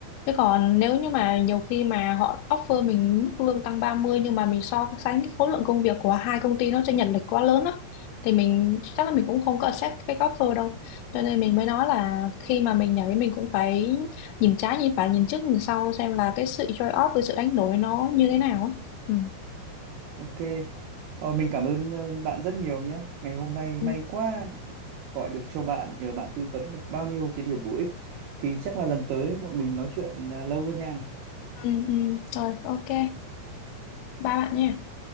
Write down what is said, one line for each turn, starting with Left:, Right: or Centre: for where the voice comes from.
Left: chứ còn nếu như mà nhiều khi mà họ offer mình mức lương tăng 30 nhưng mà mình so sánh cái khối lượng công việc của hai công ty nó chênh lệch quá lớn á thì mình chắc là mình cũng không có accept cái offer đâu cho nên mình mới nói là khi mà mình nhảy mình cũng phải nhìn trái nhìn phải nhìn trước nhìn sau xem là cái sự trade off cái sự đánh đổi nó như thế nào á ừ.
Right: ok Ờ, mình cảm ơn ờ, bạn rất nhiều nhé ngày hôm nay
Left: Ừ.
Right: may quá gọi được cho bạn nhờ bạn tư vấn được bao nhiêu cái điều bổ ích thì chắc là lần tới bọn mình nói chuyện à, lâu hơn nha
Left: Ừ, ừ. Rồi ok ba bạn nha